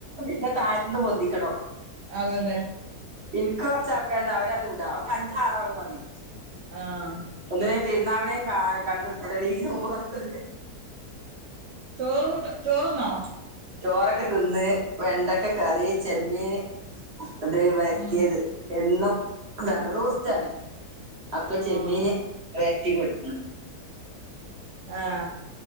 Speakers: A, on the right; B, on the right.
A: പിന്നെ താഴത്തന്ന് പൊന്തിക്കണോ
B: അതല്ലേ
A: എനിക്ക് കൊറച്ച് ആൾക്കാരുണ്ട് അവരാണ്ട് വിടാ അവ അഞ്ച് ആറാള് മതി
B: ആഹ്
A: ഒന്നില്ലേലും പെരുന്നാളിനേും കാ കണ്ടോട്ടല്ലടീ ഈദ് മുബാറക്
B: ചോറും മുട്ട ചോറന്നോ
A: ചോറൊക്കെ തിന്ന് വെണ്ടക്കെ കറി ചെമ്മീൻ അത് വരത്തിയത്
B: ഉം
A: എന്നും ഇതാണ് റോസ്റ്റാണ് അപ്പൊ
B: ഉം
A: ചെമ്മീന് വരറ്റി കൊടുത്തന്ന്
B: ആഹ്